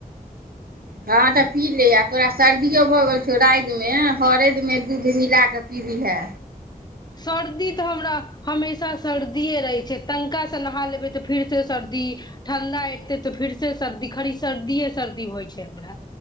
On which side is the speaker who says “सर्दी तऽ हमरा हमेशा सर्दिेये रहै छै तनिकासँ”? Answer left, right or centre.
Left